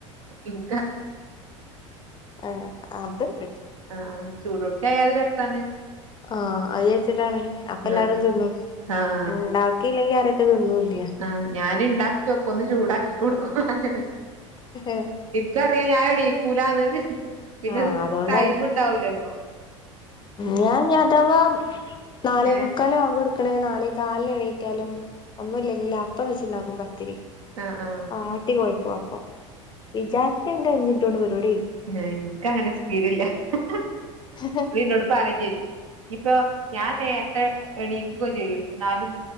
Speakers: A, on the right; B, on the left.
A: ഇല
B: ഏ അത്ണ്ട്
A: ആഹ ആഹ ചൂടൊട്ട ആയാ തൊരു രസണ്
B: ആഹ അത് ചെച്ചിട്ടാണ് അപ്പ എല്ലാരും
A: ആഹ്
B: തിന്നും
A: ആഹ്
B: ഉണ്ടാക്കിയില്ലെങ്കി ആരട്ട് തിന്നുല്ല.
A: ആഹ. ഞാന് ഉണ്ടാക്കി വെക്കും ഒന്ന് ചൂടാക്കി കൊടുക്കും അങ്ങനൊ.
B: ഹേയ്!
A: എനിക്കറിയാം ഞൻ എന്നിക്കൂലാന്ന് പിന്നെ
B: ആ അതുകൊണ്ടാണ്
A: ടൈമ് ഇണ്ടാവൂലല്ലോ.
B: ഞാൻ അഥവാ നാലേ
A: ഏഹ്
B: മുക്കാല് ബക് കൊടുക്ക. കക്കണ നാലേ കാലി എണീറ്റാലും ഒന്നുമില്ലെങ്കിൽ അപ്പം വെച്ചിണ്ടാക്കും പത്തിരി.
A: ആഹ് ആഹ്.
B: വാട്ടി കൊഴ്ക്കും അപ്പം വിചാർച്ച മിനിറ്റ് കൊണ്ട് പരിപാടി കയ്യും.
A: എഹ് എനിക്കങ്ങനെ സ്പീഡില്ല. ഹ
B: കഴിയും
A: <unintelligible> ഇപ്പൊ ഞാൻ നേരത്തെ എണീക്കൊക്കെ ചെയ്യും ന്നാലും